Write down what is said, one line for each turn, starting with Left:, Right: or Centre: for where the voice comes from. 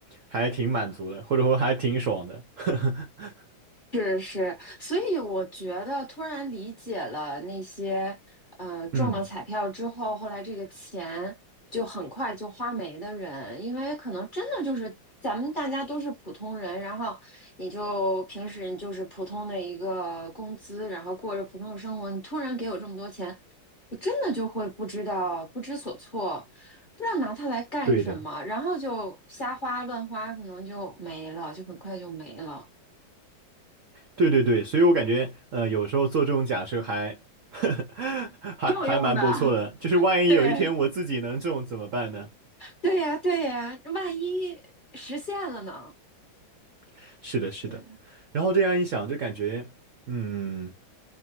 Right: 还挺满足的，或者说还挺爽的。<laughs>
Left: 是是，所以我觉得突然理解了那些呃中了彩票之后，
Right: 嗯，
Left: 后来这个钱就很快就花没的人，因为可能真的就是咱们大家都是普通人，然后你就平时你就是普通的一个工资，然后过着普通的生活，你突然给我这么多钱，我真的就会不知道不知所措，不知道拿它来干什么，
Right: 对的。
Left: 然后就瞎花乱花，可能就没了，就很快就没了。
Right: 对对对，所以我感觉，呃，有时候做这种假设还 <laughs> 还还蛮不错的，
Left: 挺有用的，
Right: 就是万一有一天我自己能中怎么办呢？
Left: <laughs> 对，对呀，对呀，万一实现了呢？
Right: <laughs> 是的，是的。
Left: 对，
Right: 然后这样一想，就感觉，嗯。